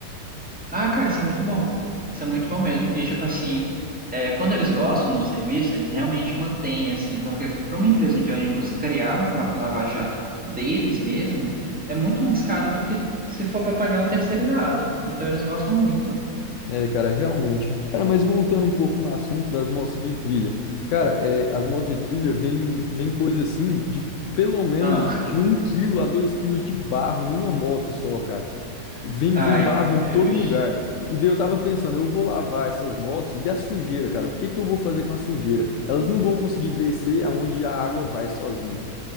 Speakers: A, in the centre; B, on the left.
A: Ah, cara, isso é muito bom. Isso é muito bom mesmo. E, tipo assim, é, quando eles gostam do serviço, eles realmente mantêm, assim, porque para uma empresa de ônibus criar um próprio lava-jato deles mesmo é muito mais caro do que se for para pagar um terceirizado. Então, eles gostam muito.
B: É, cara, realmente. Cara, mas voltando um pouco no assunto das motos de trilha. Cara, é, as motos de trilha vêm vêm coisa assim de pelo menos
A: Ah,
B: de um quilo a 2 quilos de barro em uma moto só, cara.
A: <laughs>
B: Vem, vem barro
A: ai,
B: em
A: Deus.
B: todo lugar. E daí eu tava pensando, eu vou lavar essas motos e a sujeira, cara, o que que eu vou fazer com a sujeira? Elas não vão conseguir descer aonde a água vai sozinha.